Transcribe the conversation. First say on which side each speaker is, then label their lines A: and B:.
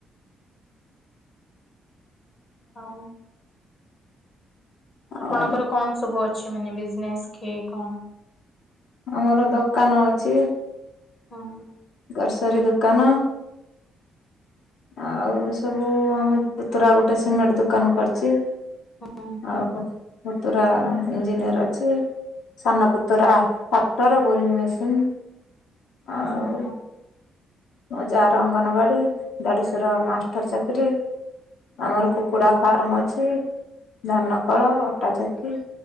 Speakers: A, on the left (about 50°); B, on the left (about 75°).
A: ଆଉ ଆପଣଙ୍କର
B: ଆଉ
A: କଣ ସବୁ ଅଛି ମାନେ ବିଜନେସ୍ କି କଣ?
B: ଆମର ଦୋକାନ ଅଛି।
A: ହଁ।
B: ଗ୍ରସରୀ ଦୋକାନ ଆଉ ସବୁ ଆମ ପୁତୁରା ଗୋଟେ ସିମେଣ୍ଟ ଦୋକାନ କରିଚି।
A: ହୁଁ ହୁଁ
B: ଆଉ ପୁତୁରା ଇଞ୍ଜିନିୟର ଅଛି। ସାନପୁତୁରା ଟ୍ରାକ୍ଟର ବୋରିଂ ମେସିନ୍ ଆଉ
A: ହୁଁ ହୁଁ
B: ମୋ ଯା ର ଅଙ୍ଗନବାଡି ଦେଢଶୁର ମାଷ୍ଟର ଚାକିରି
A: ହୁଁ
B: ଆମର କୁକୁଡ଼ା ଫାର୍ମ ଅଛି। ଧାନକଳ ଅଟାଚକି